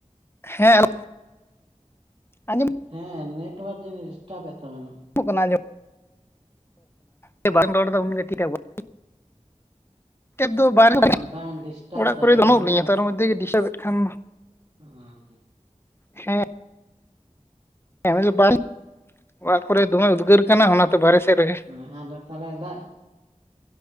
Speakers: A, on the left; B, on the right.
A: ᱦᱮᱸ ᱟᱸᱡᱚᱢᱚᱜ
B: ᱦᱮᱸ ᱱᱮᱴᱳᱣᱟᱨᱠ ᱡᱟᱱᱤᱡ ᱰᱤᱥᱴᱟᱯ ᱮᱫ ᱛᱟᱵᱮᱱᱟ
A: ᱮᱠᱳᱜ ᱠᱟᱱᱟ ᱡᱮ <inaudible> ᱱᱮᱛᱟᱨ ᱫᱚ ᱵᱟᱨᱦᱮ ᱨᱮ
B: ᱵᱟᱝ ᱰᱤᱥᱴᱟᱵ
A: ᱚᱲᱟᱜ
B: ᱫᱟ
A: ᱠᱚᱨᱮ
B: ᱨᱚᱲ
A: ᱫᱚ ᱵᱟᱹᱱᱩᱜ
B: ᱱᱟᱜ
A: ᱞᱤᱧᱟ ᱛᱟᱨ ᱢᱚᱫᱽᱫᱷᱮ ᱜᱮ ᱰᱤᱥᱴᱟᱵ ᱮᱫ ᱠᱷᱟᱱ
B: ᱚᱻ
A: ᱦᱮᱸ <unintelligible> ᱚᱲᱟᱜ ᱠᱚᱨᱮ ᱫᱚᱢᱮ ᱩᱫᱽᱜᱟᱹᱨ ᱠᱟᱱᱟ ᱚᱱᱟᱛᱮ ᱵᱟᱨᱦᱮ ᱥᱮᱫ ᱨᱮᱜᱮ
B: ᱚ ᱦᱮᱸ ᱟᱨ ᱛᱟᱦᱞᱦᱮ ᱫᱟᱜ